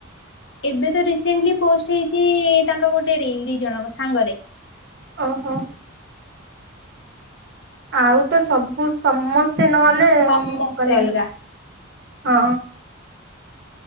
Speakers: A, on the left (about 65°); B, on the right (about 60°).
A: ଏବେ ତ ରିସେଣ୍ଟେଲି ପୋଷ୍ଟ ହେଇଛି ତାଙ୍କ ଗୋଟେ ରିଲ ଦି ଜଣଙ୍କ ସାଙ୍ଗରେ।
B: ଓହୋ। ଆଉ ତ ସବୁ ସମସ୍ତେ ନହେଲେ
A: ସମସ୍ତେ
B: କଲେ
A: ଅଲଗା
B: ହଁ।